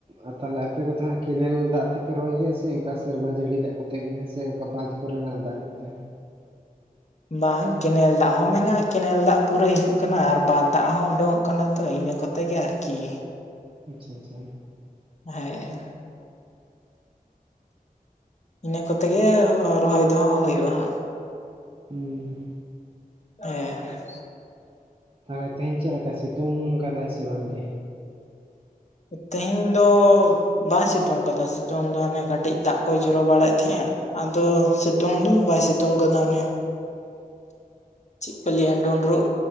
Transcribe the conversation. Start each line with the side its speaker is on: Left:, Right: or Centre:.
Right: ᱟᱨ ᱛᱟᱦᱚᱞᱮ ᱟᱯᱮ ᱠᱚᱫᱚ ᱦᱟᱜ ᱠᱮᱱᱮᱞ ᱫᱟᱜ ᱛᱮᱯᱮ ᱨᱚᱦᱚᱭ ᱜᱮᱭᱟ ᱥᱮ ᱚᱱᱠᱟ ᱥᱮᱨᱢᱟ ᱡᱟᱹᱲᱤ ᱫᱟᱜ ᱠᱚᱛᱮ ᱜᱮ ᱥᱮ ᱠᱟ ᱵᱟᱸᱫᱷ ᱠᱚ ᱠᱚᱨᱮᱱᱟᱜ ᱫᱟᱜ ᱠᱚᱛᱮ
Left: ᱵᱟᱝ ᱠᱮᱱᱮᱞ ᱫᱟᱜ ᱦᱚᱸ ᱢᱮᱱᱟᱜᱼᱟ᱾ ᱠᱮᱱᱮᱞ ᱫᱟᱜ ᱯᱩᱨᱟᱹ ᱦᱤᱡᱩᱜ ᱠᱟᱱᱟ ᱟᱨ ᱵᱟᱫᱽ ᱫᱟᱜ ᱦᱚᱸ ᱩᱰᱩᱝᱚᱜ ᱠᱟᱱᱟ᱾ ᱛᱚ ᱤᱱᱟᱹ ᱠᱚᱛᱮ ᱛᱮᱜᱮ ᱟᱨᱠᱤ
Right: ᱟᱪᱪᱷᱟ ᱟᱪᱪᱷᱟ
Left: ᱦᱮᱸ ᱤᱱᱟᱹ ᱠᱚᱛᱮ ᱜᱮ ᱨᱚᱦᱚᱭ ᱫᱚ ᱦᱟᱸᱜ ᱦᱳᱭᱳᱜᱼᱟ᱾
Right: ᱦᱩᱸ,
Left: ᱦᱮᱸ ᱦᱮᱸ,
Right: ᱛᱟᱦᱚᱞᱮ ᱛᱮᱦᱮᱧ ᱪᱮᱫ ᱞᱮᱠᱟ ᱥᱤᱛᱩᱝ ᱠᱟᱫᱟᱭ ᱥᱮ ᱵᱟᱝᱜᱮ?
Left: ᱛᱮᱦᱮᱧ ᱫᱚ ᱵᱟᱭ ᱥᱤᱛᱩᱝ ᱠᱟᱫᱟ ᱥᱤᱛᱩᱝ ᱫᱚ ᱦᱟᱱᱮ ᱠᱟᱹᱴᱤᱡ ᱫᱟᱜ ᱠᱚᱭ ᱡᱚᱨᱚ ᱵᱟᱲᱟᱭᱮᱫ ᱛᱟᱦᱮᱸᱜᱼᱟ ᱟᱫᱚ ᱥᱤᱛᱩᱝ ᱫᱚ ᱵᱟᱭ ᱥᱤᱛᱩᱝ ᱠᱟᱫᱟ ᱚᱱᱮ
Right: <unintelligible>
Left: ᱪᱮᱫ ᱠᱚ ᱞᱟᱹᱭᱟ ᱰᱳᱸᱰᱨᱳᱜ